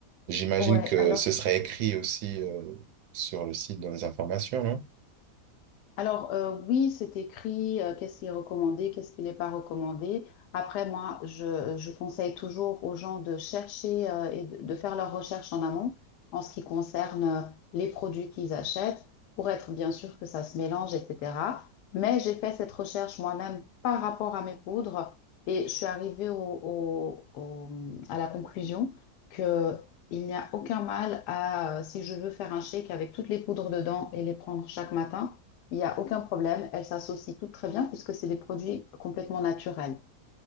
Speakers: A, on the right; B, on the left.
A: j'imagine
B: Ouais,
A: que
B: alors
A: ce serait écrit aussi euh, sur le site dans les informations, non?
B: Alors, euh, oui, c'est écrit, euh, qu'est-ce qui est recommandé, qu'est-ce qui n'est pas recommandé. Après, moi, je, je conseille toujours aux gens de chercher, euh, et de, de faire leurs recherches en amont en ce qui concerne, euh, les produits qu'ils achètent pour être bien sûr que ça se mélange, etc. Mais j'ai fait cette recherche moi-même par rapport à mes poudres et je suis arrivée au, au- au- à la conclusion que il n'y a aucun mal à, euh, si je veux faire un shake avec toutes les poudres dedans et les prendre chaque matin il n'y a aucun problème. Elles s'associent toutes très bien puisque c'est des produits complètement naturels.